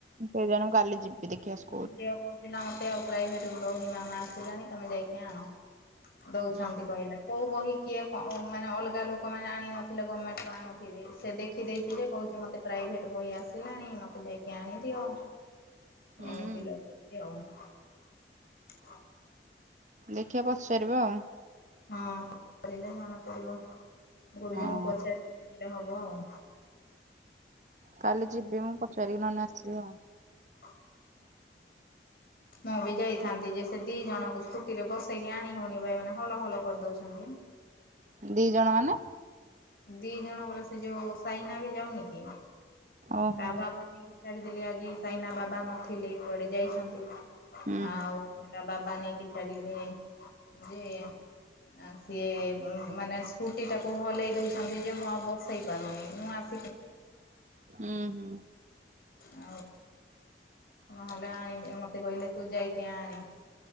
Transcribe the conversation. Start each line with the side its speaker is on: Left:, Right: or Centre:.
Right: କେଜାଣି ମୁଁ କାଲି ଯିବି ଦେଖିଆ ସୁ
Left: ଝିଅ କହୁଥିଲା ମତେ ଆଉ ପ୍ରାଇଭେଟ ନୁ ଦଉନି ମାମା ଆସିଲାଣି ତମେ ଯାଇକି ଆଣ। ଦଉଛନ୍ତି
Right: ହୁଁ।
Left: କହିଲା। କଉ ବହି କିଏ କ ମାନେ ଅଲଗା ଲୋକମାନେ ଆଣି ନଥିଲେ ଗମେଣ୍ଟରୁ ଆଣୁଥିବେ ସେ ଦେଖିଦେଇଛି ଯେ କଉଛି ମୋତେ ପ୍ରାଇଭେଟ୍ ବଇ ଆସିଲାଣି ମୋତେ ଯାଇକି ଆଣିଦିଅ।
Right: ହୁଁ
Left: ଏମିତି ଲାଗିଛି ଆଉ।
Right: ଦେଖିଆ ପଚାରିବା ଆଉ।
Left: ହଁ <unintelligible> ଲେ ଜଣା ପଡିବ ଗୁରୁଜୀଙ୍କୁ
Right: ହଁ
Left: ପଚାରି ଆଣିଲେ ହବ ଆଉ।
Right: କାଲି ଯିବି ମୁଁ ପଚାରିକି ନହନେ ଆସିବି ଆଉ।
Left: ହୁଁ। ମୁଁ ବି ଯାଇଥାନ୍ତି ଯେ ସେ ଦି ଜଣଙ୍କୁ ସ୍କୁଟିରେ ବସେଇକି ଆଣି ହେଉନି ବା ଏମାନେ ହଲ ହଲ କରିଦଉଛନ୍ତି।
Right: ଦି ଜଣ ମାନେ?
Left: ଦି ଜଣ ବୋଲେ ସେ ଯୋଉ ସାଇନା ବି ଯାଉନି କି।
Right: ଓହୋ
Left: ତା ବାବା ନେଇକି ଛାଡିଦେଲେ ଆଜି ସାଇନା ବାବା ନଥିଲେ କୁଆଡେ ଯାଇଛନ୍ତି।
Right: ହୁଁ
Left: ଆଉ ତା ବାବା ନେଇକି ଛାଡିଲେ। ଯେ ଆ ସିଏ ବ ମାନେ ସ୍କୁଟି ଟାକୁ ହଲେଇ ଦଉ ଚନ୍ତି ଯେ ମୁଁ ଆଉ ବସେଇ ପାରୁନି ମୁଁ ଆସି
Right: ହୁଁ ହୁଁ।
Left: ଆଉ ନହେଲେ ଆଣି ମତେ କହିଲେ ତୁ ଯାଇକି ଆଣି